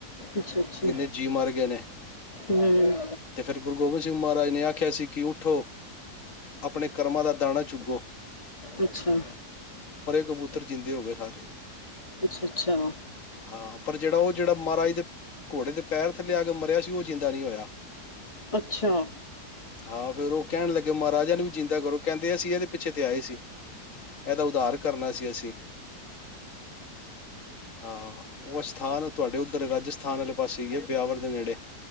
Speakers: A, on the left; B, on the left.
A: ਅੱਛਾ ਅੱਛਾ
B: ਇੰਨੇ ਜੀਅ ਮਰ ਗਏ ਨੇ,
A: ਹੂੰ ਹੂੰ
B: ਤੇ ਫਿਰ ਗੁਰੂ ਗੋਬਿੰਦ ਸਿੰਘ ਮਹਾਰਾਜ ਨੇ ਆਖਿਆ ਸੀ ਕਿ ਉੱਠੋ, ਆਪਣੇ ਕਰਮਾਂ ਦਾ ਦਾਨ ਆ ਚੁਕੋ।
A: ਅੱਛਾ,
B: ਕਬੂਤਰ ਜਿੰਦੇ ਹੋ ਗਏ ਸਾਰੇ।
A: ਅੱਛਾ
B: ਹਾਂ, ਪਰ ਜਿਹੜਾ ਉਹ ਜਿਹੜਾ ਮਹਾਰਾਜ ਦੇ ਘੋੜੇ ਦੇ ਪੈਰ ਥੱਲੇ ਆ ਕੇ ਮਰਿਆ ਸੀ ਉਹ ਜਿੰਦਾ ਨੀ ਹੋਇਆ,
A: ਅੱਛਾ ਅੱਛਾ
B: ਹਾਂ ਫੇਰ ਉਹ ਕਹਿਣ ਲੱਗੇ ਮ ਰਾਜਾ ਨੂੰ ਵੀ ਜਿੰਦਾ ਕਰੋ, ਕਹਿੰਦੇ ਅਸੀਂ ਇਹਦੇ ਪਿੱਛੇ ਤੇ ਆਏ ਸੀ, ਇਹਦਾ ਉੱਧਾਰ ਕਰਨਾ ਸੀ ਅਸੀਂ, ਹਾਂ ਉਹ ਅਸਥਾਨ ਤੁਹਾਡੇ ਉੱਧਰ ਰਾਜਸ <unintelligible> ਦੇ ਨੇੜੇ।